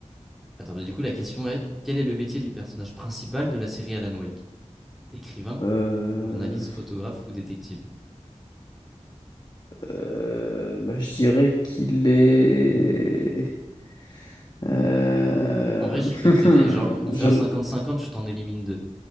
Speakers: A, in the centre; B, on the left.
A: Attends, mais du coup, la question est, quel est le métier du personnage principal de la série Alan Wake? Écrivain,
B: Euh,
A: journaliste, photographe ou détective?
B: euh, bah, je dirais qu'il est. Euh,
A: En vrai, je peux t'aider.
B: <laughs>
A: Genre, on fait
B: je-
A: un 50-50, je t'en élimine deux.